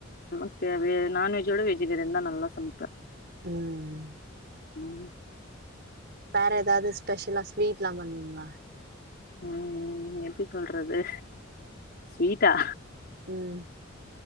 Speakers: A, on the left; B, on the right.
A: நமக் தேவயா நான்வெஜ்ஜ விட வெஜுடேரியன் தா நல்லா சம்ப்பே
B: ம் ம்
A: ம்
B: வேற ஏதாவது ஸ்பெஷலா ஸ்வீட்லா பண்வீங்ளா
A: ம் எப்படி சொல்றது ஸ்வீட்டா
B: ம்